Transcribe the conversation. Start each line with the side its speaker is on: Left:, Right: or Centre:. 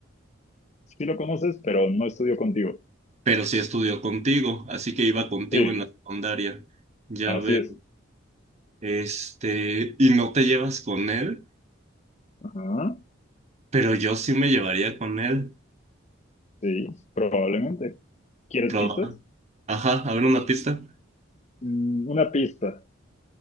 Left: Sí lo conoces, pero no estudió contigo.
Right: pero sí estudió contigo, así que iba contigo
Left: Sí,
Right: en la secundaria. Ya
Left: así
Right: veo.
Left: es.
Right: Este, y no te llevas con él,
Left: Ajá,
Right: pero yo sí me llevaría con él.
Left: sí, probablemente. ¿Quieres
Right: Proba-
Left: pistas?
Right: Ajá, a ver una pista.
Left: Mm, una pista.